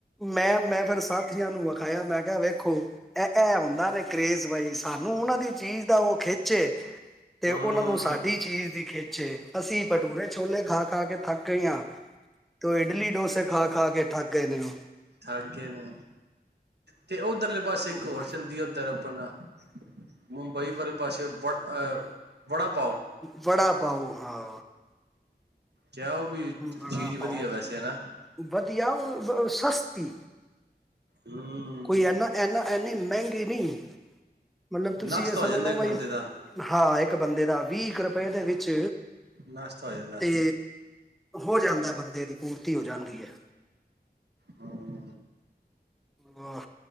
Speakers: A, in the centre; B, on the right.
A: ਮੈਂ, ਮੈਂ ਫਿਰ ਸਾਥੀਆਂ ਨੂੰ ਵਿਖਾਇਆ, ਮੈਂ ਕਿਹਾ ਵੇਖੋ ਇਹ- ਇਹ ਹੁੰਦਾ ਨੇ ਕਰੇਜ਼, ਬਾਈ ਸਾਨੂੰ ਉਹਨਾਂ ਦੀ ਚੀਜ਼ ਦਾ ਉਹ ਖਿੱਚੇ ਤੇ
B: ਹਮ
A: ਉਹਨਾਂ ਨੂੰ ਸਾਡੀ ਚੀਜ਼ ਦੀ ਖਿੱਚੇ, ਅਸੀਂ ਭਟੂਰੇ ਛੋਲੇ ਖਾ-ਖਾ ਕੇ ਥੱਕ ਗਏ ਹਾਂ, ਤੇ ਇਡਲੀ ਡੋਸੇ ਖਾ-ਖਾ ਕੇ ਥੱਕ ਗਏ ਨੇ ਓ।
B: ਥਾਏ ਕੇ ਨੇ ਤੇ ਉਹ <inaudible> ਉੱਧਰਲੇ ਪਾਸੇ
A: ਉਹ।
B: ਇੱਕ ਹੋਰ ਚੱਲਦੀ ਹੈ, ਉੱਧਰ ਆਪਾਂ ਨਾ ਮੁੰਬਈ ਵਾਲੇ ਪਾਸੇ ਵ ਅਹ ਵੜਾ ਪਾਓ।
A: ਵੜਾ ਪਾਓ ਹਾਂ
B: ਕ ਉਹ ਵੀ
A: ਵੜਾ
B: ਚੀਜ਼ ਵਧੀਆ
A: ਪਾਓ
B: ਵੈਸੇ ਨਾ
A: ਵਧੀਆ ਉਹ ਸਸਤੀ
B: ਹਮ
A: ਕੋਈ ਇਨਾ ਐਨਾ-ਐਨੀ ਮਹਿੰਗੀ ਨਹੀਂ ਮਤਲਬ, ਤੁਸੀਂ
B: ਨਾਸ਼ਤਾ
A: ਇਹ ਸਮਝ
B: ਹੋ ਜਾਂਦਾ
A: ਲਓ
B: ਇੱਕ
A: ਬਾਈ
B: ਬੰਦੇ ਦਾ
A: ਹਾਂ ਇੱਕ ਇੱਕ ਬੰਦੇ ਦਾ, ਵੀਹ ਇੱਕ ਰੁਪਏ ਦੇ ਵਿੱਚ
B: ਨਾਸ਼ਤਾ ਹੋ ਜਾਂਦਾ
A: ਤੇ ਹੋ ਜਾਂਦਾ, ਬੰਦੇ ਦੀ ਪੂਰਤੀ ਹੋ ਜਾਂਦੀ ਹੈ।
B: ਹਮ
A: ਹਾਂ।